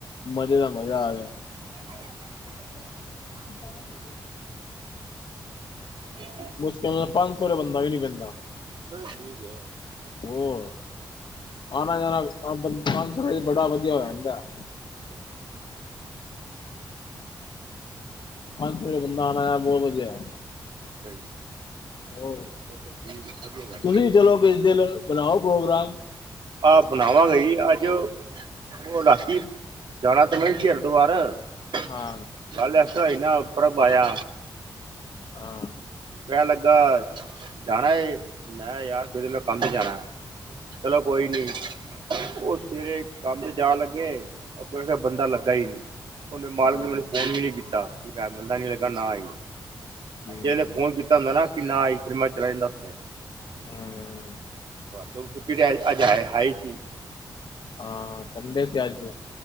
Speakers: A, on the left; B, on the right.
A: ਮਜ਼ੇ ਦਾ ਮਜ਼ਾ ਆ ਗਿਆ।
B: <unintelligible>
A: <inaudible>
B: ਤੇ <inaudible>
A: ਕੁਛ ਕ ਪੰਜ ਸੌ ਦਾ ਬੰਦਾ ਵੀ ਨੀ ਪੈਂਦਾ।
B: ਚ ਠੀਕ ਹੈ।
A: ਹੋਰ ਆਣਾ ਜਾਣਾਸ <unintelligible> ਪੰਜ ਸੌ ਚ ਬੜਾ ਵਧੀਆ ਹੋ ਜਾਂਦਾ।
B: <inaudible>
A: ਪੰਜ ਸ ਬੰਦਾ ਆਉਣਾ ਬਹੁਤ ਵਧੀਆ।
B: ਫਿਰ
A: ਹੋਰ
B: ਤਾਂ ਠੀਕ ਵਧੀਆ ਗੱਲ
A: ਤੁਸੀਂ ਚਲੋ ਕਿਸ ਦਿਨ ਬਣਾਓ ਪ੍ਰੋਗਰਾਮ।
B: ਆ ਬਣਾਵਾਂਗੇ ਜੀ ਅੱਜ ਉਹ ਰਾਸੀੀ ਜਾਣਾ ਤਾਂ ਮੈਂ ਹਰਦੁਵਰ <unintelligible>
A: ਹਾਂ।
B: ਗੱਲ ਐਸ ਤਰਾਂ ਹੋਈ ਨਾ ਉੱਪਰ ਪਾਇਆ।
A: ਹਾਂ।
B: ਕਹਿਣ ਲੱਗਾ, ਜਾਣਾ ਏ। ਮੈਂ ਯਾਰ, ਫਿਰ ਮੈਂ ਕੰਮ ਜਾਣਾ। ਚਲੋ
A: ਅੱਛਾ
B: ਕੋਈ ਨੀ। ਓ ਸਵੇਰੇ ਕੰਮ 'ਚ ਜਾਣ ਲੱਗੇ, ਓ ਕੇਂਦੇ, ਬੰਦਾ ਲਗਾ ਈ ਨੀ। ਉਹਨੇ ਮਾਲਕ
A: ਚਲੋ
B: ਨੇ ਮੈਨੂੰ ਫੋਨ ਵੀ ਨੀ ਕੀਤਾ ਕਿ ਮੈਂ ਬੰਦਾ ਨੀ ਲੱਗਾ ਨਾ ਆਈ
A: ਠੀਕ
B: ਚਲ
A: ਹੈ
B: ਹੁੰਦਾ <unintelligible> ਨਾ ਕਿ ਨਾ ਆਈ ਫਿਰ ਮੈਂ ਚਲਾ ਜਾਂਦਾ ਉੱਥੇ।
A: ਹਮ
B: ਛੁ ਅਜਏ ਹੈ ਹੀ ਸੀ। <unintelligible>
A: ਹਾਂ ਸੰਡੇ ਸੀ ਅਜ।